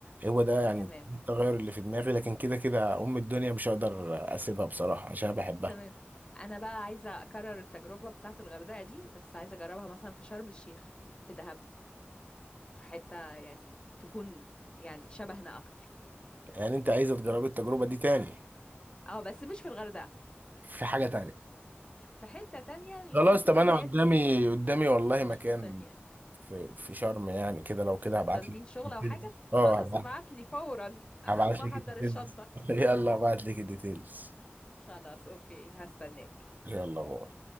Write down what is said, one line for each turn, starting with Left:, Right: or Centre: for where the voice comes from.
Right: هو ده يعني
Left: تمام
Right: التغير اللي في دماغي لكن كده كده ام الدنيا مش هقدر اسيبها بصراحه عشان أنا بحبها
Left: تمام انا بقى عايزه اكرر التجربه بتاعه الغردقه دي بس عايزه اجربها مثلا في شرم الشيخ في دهب في حته يعني تكون يعني شبهنا اكتر
Right: يعني انت عايزه تجربي التجربه دي تاني
Left: اه بس مش في الغردقه
Right: في حاجه تانية
Left: في حته تانية يكون
Right: خلاص
Left: فيها
Right: طب انا
Left: الناس
Right: قدامي قدامي والله
Left: مش
Right: مكان
Left: مختلفين
Right: في في شرم يعني كده لو كده هبعت
Left: طالبين
Right: لك
Left: شغل
Right: ديتيلز
Left: او حاجه
Right: اه
Left: خلاص
Right: هبعت
Left: ابعت لي فورا انا
Right: هبعت
Left: هقوم احضر
Right: لك الديتيلز
Left: الشنطه
Right: <laughs> يلا هبعت لك الديتيلز
Left: خلاص اوكي هستناك
Right: يلا باي